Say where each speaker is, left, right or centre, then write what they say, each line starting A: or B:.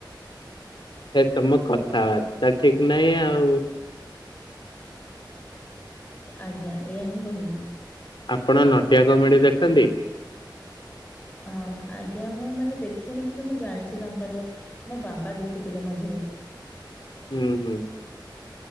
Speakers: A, on the left (about 85°); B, on the left (about 20°).
A: ଏ ତୋମ କଥାବାର୍ତ୍ତା ଠିକ ନାହିଁ ଆଉ।
B: ଏ ଆଜ୍ଞା, ଏଇଆ ହିଁ କହିବି।
A: ଆପଣ ନଟିଆ କମିଡି ଦେଖନ୍ତି?
B: ଅ, ଆଜ୍ଞା ମୁଁ ମାନେ ଦେଖିନି, କିନ୍ତୁ ମୁଁ ଜାଣିଛି ତାଙ୍କର ମୋ ବାବା ଦେଖୁଥିଲେ ମଝିରେ।
A: ହୁଁ, ହୁଁ।